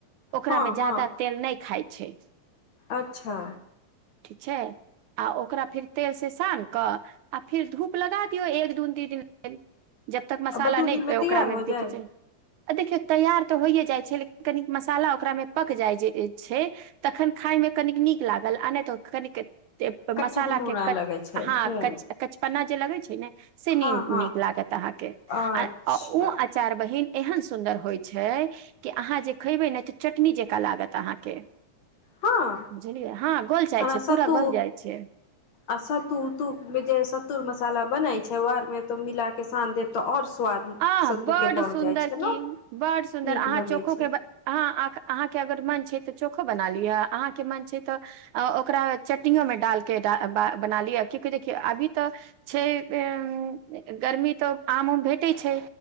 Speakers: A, on the right; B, on the left.
A: ओकरा
B: हँ
A: मे
B: हँ
A: ज्यादा तेल नै खाय छै।
B: अच्छा।
A: ठीक छै। आ ओकरा फिर तेल से सान कऽ आ फिर धूप लगा दियऔ एक। तून दीदी जब तक मसाला
B: आ दू
A: नै
B: दिनमे
A: ओकरा
B: तैयार
A: मे
B: हो
A: बिकै
B: जाय
A: छै आ देखियौ तैयार तऽ होइये जाइ छै लेकिन कनी मसाला ओकरा मे पक जाइ छै तखन खायमे कनिक नीक लागल आ नै तऽ कनिक मसालाके
B: कच्चे गुनू न
A: कच
B: लगै छै
A: हँ
B: हूँ
A: कच कचपन्ना जे लगै छै ने से न
B: हँ हँ
A: नीक लागत अहाँके
B: अच्छा
A: उ अँचार बहिन एत। एहन सुन्दर होइ छै कि अहाँ जे खेबै ने त चटनी जेका लागत अहाँके।
B: हँ
A: बुझलियै हँ गोल जाइ
B: ओना
A: छै
B: सत्तू
A: पूरा गोल जाइ छै।
B: आ सत्तू उत्तू मे जे सत्तू मसाला बनय छै ओ आर मे तो मिला के सान देब। तऽ आओर स्वाद।
A: आ
B: सत्तू
A: बड्ड
B: के बढ़
A: सुन्दर
B: जाइ छै
A: की
B: ने
A: बड्ड सुन्दर
B: नीक
A: अहाँ
B: लगै
A: चोखो
B: छै
A: के हाँ अहाँके अगर मन छै तऽ चोखो बना लिअ अहाँके मन छै तऽ आ ओकरा चटनीयो मे डालके बा बा बना लिय कियेकि देखियौ अभी तऽ छै उ गर्मी तऽ आम उम भेट भेटै छै